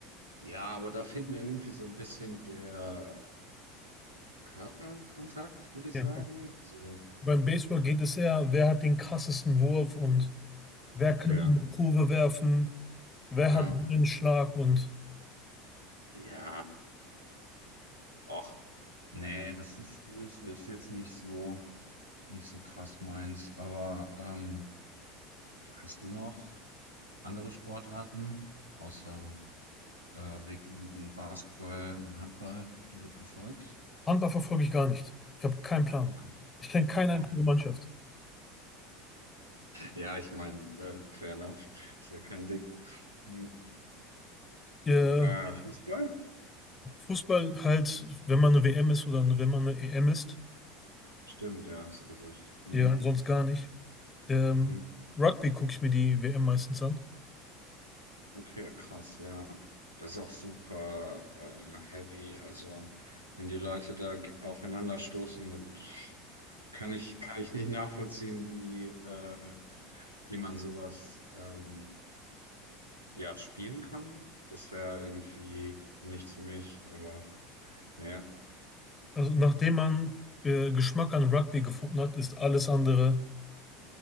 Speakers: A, on the right (about 85°); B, on the left (about 20°).
A: Ja, aber da fehlt mir irgendwie so ein bisschen der Körperkontakt, würde ich
B: Ja.
A: sagen. So,
B: Beim Baseball geht es eher, wer hat den krassesten Wurf und wer
A: okay,
B: kann in die Kurve werfen, wer
A: ja.
B: hat einen Schlag und
A: Ja, och, nee, das ist, das ist jetzt nicht so, nicht so krass meins. Aber ähm, hast du noch andere Sportarten außer äh, Ringen und Basketball und Handball, die du verfolgst?
B: Handball verfolge ich gar nicht. Ich habe keinen Plan.
A: Okay. <laughs>
B: Ich kenne keine einzige Mannschaft.
A: Ja, ich meine, äh, fair enough, ist ja kein Ding. Hm.
B: Äh,
A: Äh, Fußball?
B: Fußball halt, wenn man eine WM ist oder wenn man eine EM ist,
A: Stimmt, ja, hast du gesagt. Hm,
B: ja, Mhm. sonst gar nicht. Ähm,
A: hm.
B: Rugby gucke ich mir die WM meistens an.
A: Okay, krass, ja. Das ist auch super äh, heavy. Also, wenn die Leute da ge- aufeinander stoßen, dann pff, kann ich, kann ich nicht nachvollziehen, wie, äh, wie man sowas ähm, ja, spielen kann. Das wäre irgendwie nichts für mich, aber naja.
B: Also nachdem man äh, Geschmack an Rugby gefunden hat, ist alles andere.